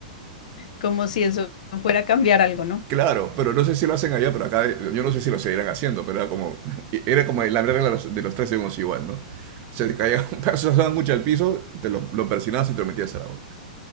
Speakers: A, on the left; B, on the right.
A: Como si eso fuera a cambiar algo, ¿no?
B: Claro, pero no sé si lo hacen allá, pero acá eh, yo no sé si lo seguirán haciendo, pero era como, <laughs> era como la regla de los, de los tres segundos igual, ¿no? Se te caía un pedazo de sándwich al piso, te lo, lo persinabas y te lo metías a la boca.